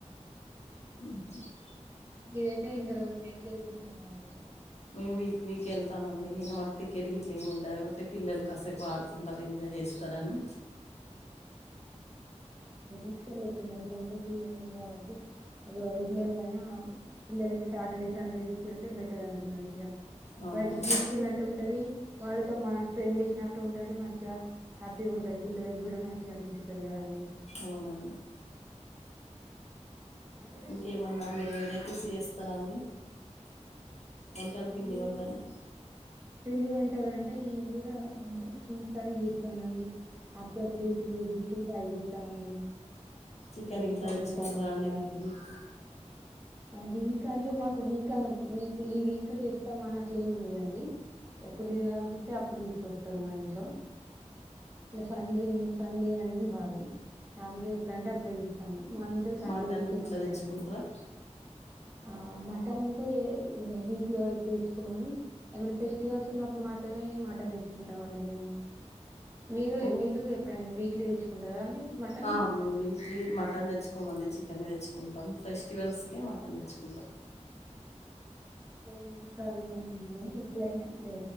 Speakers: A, on the left; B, on the right.
A: అ
B: మీరైతే ఇంకా రోజు రెగ్యులర్ <unintelligible> కావచ్చు
A: మేము వీక్ వీక్ వెళ్తామండి ఇక మాకు టికెట్ గిట్ల ఏమి ఉండదు కాబట్టి పిల్లలు కాసేపు ఆడుకుంటారు ఎంజాయ్ చేస్తారని
B: తీసుకెళ్ళ వచ్చండి ఎట్లా ఉంటే ఫ కాబట్టి అ రెగ్యులర్ గానే అయినా పిల్లలకి సాటర్డే సండే తీసుకెళ్తే బెటర్ అండి మంచిగా
A: అవునవును
B: బయటికి తీసుకెళ్ళినట్టు ఉంటది వాళ్ళతో మనం స్పెండ్ చేసినట్టు ఉంటది మంచిగా హ్యాపీగా ఉంటది పిల్లల కూడ మంచిగా అనిపిస్తుంది కదండి
A: అవునండి
B: వంట చేస్తున్నారండి
A: ఇంకేమన్నా మీరు వేరేతేసి వస్తారా అండి వంటలు
B: మీరు
A: పిండి
B: నేను
A: వంటలు
B: పిండి వంటలు అంటే నేం కూడ కొంచెం స్వీట్స్ అవి చేస్తానండి అప్పుడప్పుడు యూట్యూబ్ లో చూసి ట్రై చేస్తామండి
A: చికెన్
B: <unintelligible>
A: ఇట్లా తెచ్చుకుంటారా అండి వీక్ వీక్
B: వీక్ అంటే మాకు వీక్ వీక్ ఈ వీక్ అ తెస్తామని అట్లు ఏమి లేదండి ఎప్పుడు తినాల అనిపిస్తే అప్పుడు తీసుకొస్తారు మా ఇంట్లో ఇలా సండే సండే అనేది కాదు నార్మల్గా ఎప్పుడంటే అప్పుడు తీస్తాము మా ఇంట్లో సండే
A: మటన్
B: రోజు తినమండి
A: ఇట్లా తెచ్చుకుంటారా
B: మేము ఆ మటన్ అంటే ఇ లో ఎప్పుడు తెచ్చుకో కాని ఏమైనా ఫెస్టివల్స్ ఉన్నప్పుడు మాత్రమే మటన్ తెచ్చుకుంటాం అండి మేము మీరు
A: ఓ
B: మీరు ఎప్పుడైనా వీట్లీ తెచ్చుకుంటారా అండి మటన్
A: ఆ వీట్లీ మటన్ తెచ్చుకో చ మక్కనే తెచ్చుకుంటాం ఫెస్టివల్స్కే మటన్ తెచ్చుకుంటాం
B: ఈ వీక్ ఆ వీక్ అనిండి అని ఎప్పుడైనా అే